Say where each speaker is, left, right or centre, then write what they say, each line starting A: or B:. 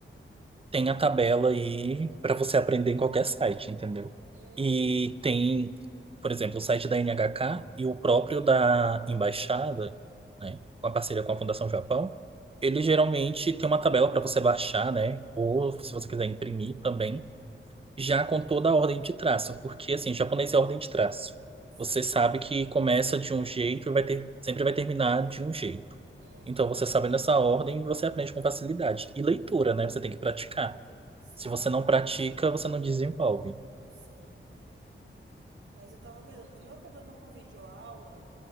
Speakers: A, on the right; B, on the right.
A: Tem a tabela aí para você aprender em qualquer site, entendeu?
B: Uhum,
A: E tem, por exemplo, o site da NHK e o próprio da embaixada, né, com a parceria com a Fundação Japão, ele geralmente tem uma tabela para você baixar, né, ou
B: uhum,
A: se você quiser imprimir também, já com toda a ordem de traço, porque assim, japonês é ordem de traço.
B: sim,
A: Você sabe que começa de um jeito e vai ter, sempre vai terminar de um jeito.
B: uhum,
A: Então, você sabendo essa ordem, você aprende com facilidade. E leitura, né? Você tem que praticar.
B: sim,
A: Se você não pratica, você não desenvolve.
B: sim. Mas eu tava coisando. O meu problema com videoaula